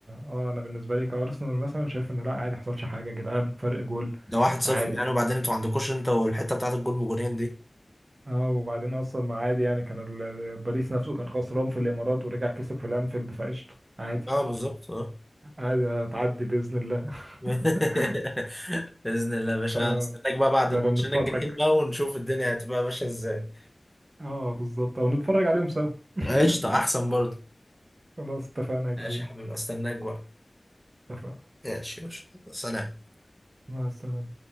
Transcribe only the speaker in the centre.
ده واحد صفر
يعني وبعدين انتوا ما عندكوش انت والحته بتاعت الجول بجونين دي
اه بالظبط اه
<laughs> باذن الله يا باشا
استناك بقى بعد
الماتشين
الجايين بقى ونشوف الدنيا هتبقى ماشيه ازاي
قشطه احسن برضه
ماشي يا حبيبي استناك بقى
ماشي ماشي سلام